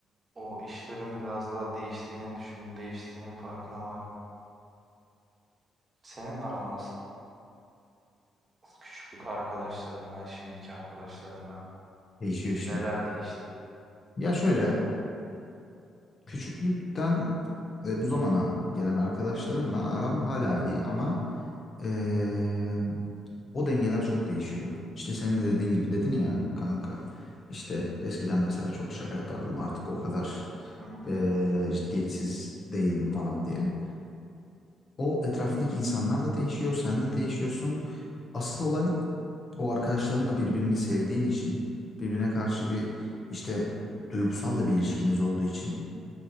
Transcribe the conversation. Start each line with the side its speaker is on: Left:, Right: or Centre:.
Right: o işlerin biraz daha değiştiğini düşündüm, değiştiğinin farkına vardım. Senin aran nasıl? Küçüklük arkadaşlarınla, şimdiki arkadaşlarınla
Left: Değişiyor işte.
Right: neler değişti?
Left: Ya şöyle Küçüklükten ve bu zamana gelen arkadaşlarımla aram hala iyi ama eee, o dengeler çok değişiyor. İşte senin de dediğin gibi dedin ya kanka. İşte eskiden mesela çok şaka yapardım artık o kadar
Right: Hı hı.
Left: eee, ciddiyetsiz değilim falan diye. O etrafındaki insanlar da değişiyor, sen de değişiyorsun. Asıl olay o arkadaşların da birbirini sevdiğin için, birbirine karşı bir işte duygusal da bir ilişkiniz olduğu için.